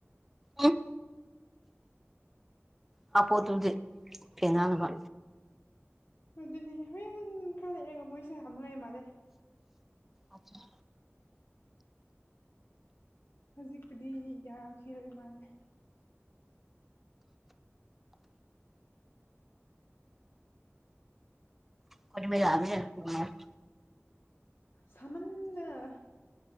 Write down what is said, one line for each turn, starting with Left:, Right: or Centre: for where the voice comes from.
Centre: ꯎꯝ ꯍꯥꯄꯄꯣ ꯗꯨꯗꯤ ꯐꯤꯅꯥꯟꯅꯕ
Left: ꯑꯗꯨꯗꯤ ꯍꯣꯔꯦꯟ ꯏ ꯀꯥ ꯂꯩꯔꯒ ꯃꯣꯏꯁꯦ ꯍꯥꯞꯅꯉꯥꯏ ꯃꯥꯜꯂꯦ
Centre: ꯑꯆꯥ <unintelligible>
Left: ꯍꯧꯖꯤꯛꯄꯨꯗꯤ ꯌꯥꯔꯛꯈꯤꯔꯣꯏ ꯏꯃꯥꯅꯦ
Centre: ꯈ ꯃꯥ <unintelligible>
Left: ꯁꯥꯃꯟꯗꯅ